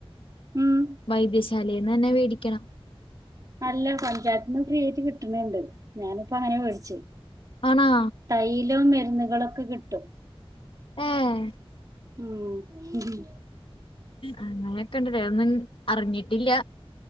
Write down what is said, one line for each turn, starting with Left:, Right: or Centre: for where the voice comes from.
Right: ഉം
Left: വൈദ്യശാലിന്ന് ന്നെ വേടിക്കണം.
Right: അല്ല പഞ്ചായത്തിന്ന് ഫ്രീ ആയിട്ട് കിട്ടുണ് ണ്ട്. ഞാനിപ്പ അങ്ങനെ വേട്ച്ചു.
Left: ആണോ?
Right: തൈയിലോ? മരുന്നുകളൊക്കെ കിട്ടും.
Left: ആഹേ
Right: ഉും ഹും ഹും
Left: അങ്ങനെയൊക്കെണ്ട്ല്ലേ? ഒന്നും അറിഞ്ഞിട്ടില്ല.